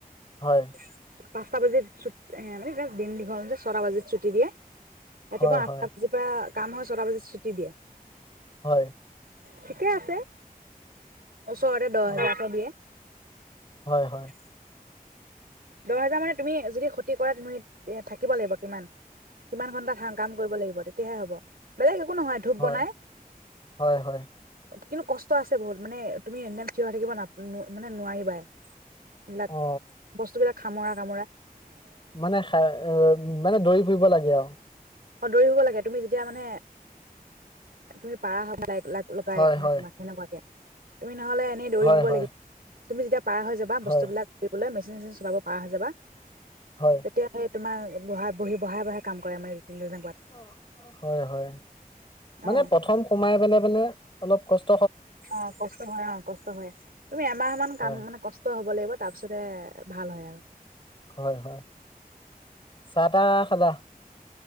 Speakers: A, on the left (about 35°); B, on the right (about 80°).
A: হয়
B: <unintelligible> পাঁচটা বাজি চুট এ মানে দিন দীঘল ছটা বাজাত ছুটি দিয়ে। ৰাতিপুৱা
A: হয় হয়
B: আঠটা বজাৰ পৰা কামৰ ছটা বজাত ছুটি দিয়ে।
A: হয়।
B: ঠিকে আছে। ওচৰতে দহ
A: অ
B: হেজাৰ এটা দিয়ে।
A: হয় হয়
B: দহ হেজাৰ মানে তুমি যদি ক্ষতি কৰা তুমি থাকিব লাগিব কিমান কিমান ঘণ্টা থাকি কাম কৰিব লাগিব। তেতিয়াহে হ'ব বেলেগ একো নহয় ধূপ
A: হয়-হয়-হয়।
B: বনাই কিন্তু কষ্ট আছে বহুত মানে তুমি এনিটাইম থিয় হৈ থাকিব মানে নোৱাৰিবা। লা
A: অ
B: বস্তুবিলাক খামৰা কামৰা
A: মানে খাৰ মানে দৌৰি ফুৰিব লাগে আও।
B: অঁ দৌৰি ফুৰিব লাগে তুমি যেতিয়া মানে তুমি পাৰা হৈ যাক লাইক লাগ লগাই
A: হয়
B: মানে
A: হয়
B: তোমাক সেনেকুৱাকে। তুমি নহ'লে এনেই দৌৰি
A: হয়
B: ফুৰিব
A: হয়
B: লাগিব। তুমি যেতিয়া। পাৰ হৈ যাবা
A: হয়
B: বস্তুবিলাক বোলে মেচিন চেচিন চলাব পাৰা হৈ যাবা।
A: হয়
B: তেতিয়া সেই তোমাৰ বহা বহি বহাই বহাই কাম কৰে মানে তেনেকুৱাত
A: অ, হয় হয়, মানে
B: অ
A: প্ৰথম সোমাই পেলাই পেলে অলপ কষ্ট
B: অ, কষ্ট হয় অ, কষ্ট হয়। তুমি এমাহ মান কাম
A: হয়
B: মানে কষ্ট হব লাগিব তাৰ পিছতে ভাল হয় আৰু।
A: হয় হয়, চাহ তাহ খালা?